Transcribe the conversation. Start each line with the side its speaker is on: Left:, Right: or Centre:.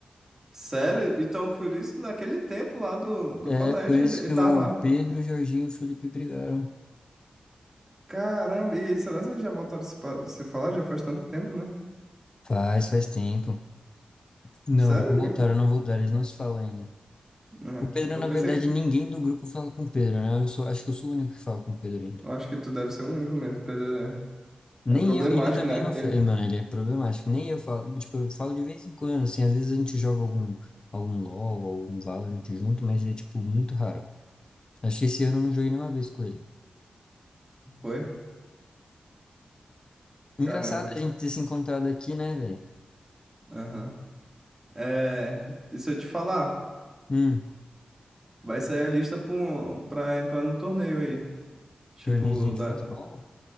Right: Sério? Então, por isso, naquele tempo lá do, do
Left: É,
Right: colégio,
Left: por isso
Right: ele, ele
Left: que
Right: tava.
Left: o Pedro, o Jorginho e o Felipe brigaram.
Right: Caramba, e aí, será que vocês já voltaram a se, pa- se falar? Já faz tanto tempo, né?
Left: Faz, faz tempo. Não,
Right: Sério?
Left: não voltaram,
Right: hein?
Left: não voltaram, eles não se falam ainda.
Right: É,
Left: O Pedro,
Right: eu
Left: na
Right: pensei,
Left: verdade, ninguém do grupo fala com o Pedro, né? Eu sou, acho que eu sou o único que fala com o Pedro ainda.
Right: eu acho que tu deve ser o único mesmo, Pedro.
Left: Nem
Right: É, é problemático,
Left: eu, e eu também
Right: né?
Left: não,
Right: Ele
Left: fa- mano, ele é problemático. Nem eu falo, tipo, eu falo de vez em quando, assim, às vezes a gente joga algum, algum LoL, algum Valorant junto, mas é, tipo, muito raro. Acho que esse ano eu não joguei nenhuma vez com ele.
Right: foi?
Left: Engraçado
Right: Caramba.
Left: a gente ter se encontrado aqui, né, velho?
Right: Aham. É, e se eu te falar,
Left: Hum,
Right: vai sair a lista pro, pra entrar no torneio aí. Tipo,
Left: torneiozinho de
Right: da.
Left: futebol?